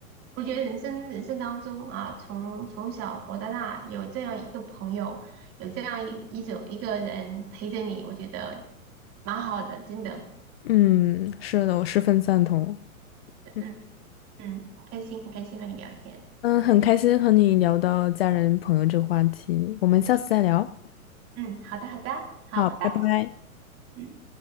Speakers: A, on the right (about 30°); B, on the left (about 45°).
A: 我觉得人生人生当中啊，从从小活到大，有这样一个朋友，有这样一一种一个人陪着你，我觉得蛮好的，真的，
B: 嗯，是的，我十分赞同。嗯，
A: 嗯嗯，开心，很开心和你聊天，
B: 嗯很开心和你聊到家人朋友这个话题，我们下次再聊。
A: 嗯，好的好的，好，
B: 好，
A: 拜拜。
B: 拜拜。
A: 嗯。